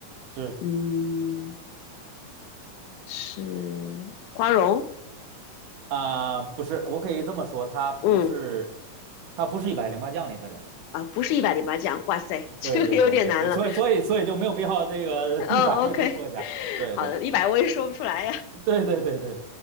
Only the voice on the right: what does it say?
是
啊、不是，我可以这么说，他不是
他不是一百零八将里的人。
对对对对对，所以所以所以就没有必要这个 <laughs>
一百个都说一下。
对对
对对对对